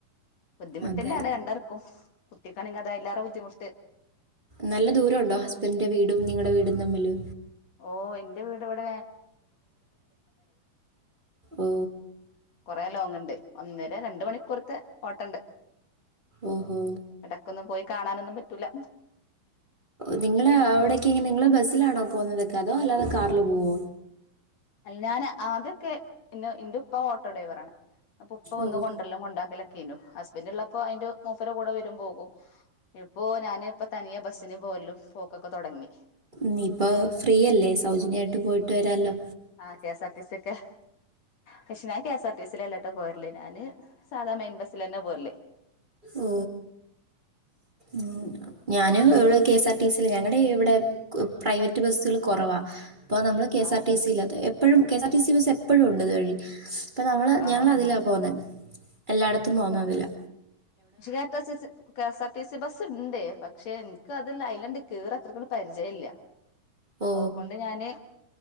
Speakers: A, on the left; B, on the right.
A: ബുദ്ധിമുട്ട്
B: അതെ
A: തന്നെയാണ് രണ്ടർക്കും കുട്ടിക്കാണെങ്കിൽ അത എല്ലാരും ബുദ്ധിമുട്ട്.
B: നല്ല ദൂരംണ്ടോ ഹസ്ബൻഡന്റെ വീടും നിങ്ങളടെ വീടും തമ്മില്.
A: ഓ എന്റെ വീട് ഇവിട
B: ഓ
A: കു റെലോങ് ഉണ്ട് ഒന്നര രണ്ട മണിക്കൂറത്തെ ഓട്ടണ്ട്.
B: ഓഹോ
A: ഇടക്കൊന്നും പോയി കാണാനൊന്നും പറ്റൂല.
B: നിങ്ങള അവിടക്കെ ഇനെ നി സിലാണോ പോകുന്നതൊക്കെ അതോ അല്ലാതെ കാറില് പോവോ?
A: അ ഞാൻ ആദ്യക്കെ ഇന്ന് എന്റെ ഉപ്പ ഓട്ടോ ഡ്രൈവറാണ്. പ്പ ഉപ്പ ഒന്ന
B: ഓ
A: കൊണ്ടല്ല കൊണ്ടാക്കലൊക്കെു ഹസ്ബൻറ് ഉള്ളപ്പോ അയ്ന്റെ മൂപ്പര കൂടെ വരും പോകും ഇപ്പോ ഞൻ ഇപ്പോ തനിയ ബസ്സിന് പോലും പോക്കൊക്കെ തുടങ്ങി
B: നീ ഇപ്പോ ഫ്രീയല്ലേ സൗജന്യയിട്ട് പോയിട്ട് വരാമല്ലോ?
A: ആഹ K S R T C ഒക്ക പക്ഷെ ഞാൻ K S R T C അല്ലാട്ട് പോയിരില്ലേ ഞാന് സാദാ മെയിൻ ബസ്സൽ തന്നെ പോരല്
B: ഓ മ് ഞാൻ - ഞങ്ങടെഇവിടെ K S R T C, അല്ലേ ഞങ്ങള ഇവിടെ പ്രൈവറ്റ് ബസ്സുകൾ കൊറവാ ഇപ്പ നമ്മള് കെ
A: ആ
B: എസ് ആർ ടി സിയില്ലാത്ത എപ്പോഴും K S R T C bus എപ്പോഴും ഉണ്ട് ഇതുവഴി അപ്പ നമ്മള്
A: ആ
B: ഞങ്ങള അതിലാ പോന്നെ എല്ലാടത്തും പോന്ന അതിലാ
A: പക്ഷേ K S R T C K S R T C bus ഇണ്ട് പക് ക്ഷെ എനിക്ക് അതല്ല അയ്ലണ്ട് കേറിയ അത്രക്കൂ പരിചയ ഇല്ല
B: ഓ
A: അതുകൊണ്ട് ഞാന്